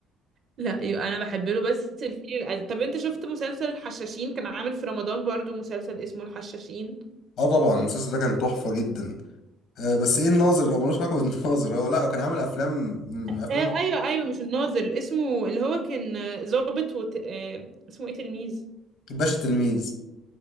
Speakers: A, on the right; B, on the left.
A: لا يبقى انا بحب له بس الفيل الازرق طب انت شفت مسلسل الحشاشين كان عامل في رمضان برضو مسلسل اسمه الحشاشين
B: اه طبعا المسلسل ده كان تحفه جدا آه بس ايه الناظر هو ملوش علاقه بالناظر هو لا هو كان عامل افلام م-
A: آه
B: افلام
A: ايوه ايوه مش الناظر اسمه اللي هو كان آه، ظابط وت... آه اسمه ايه تلميذ
B: باشا تلميذ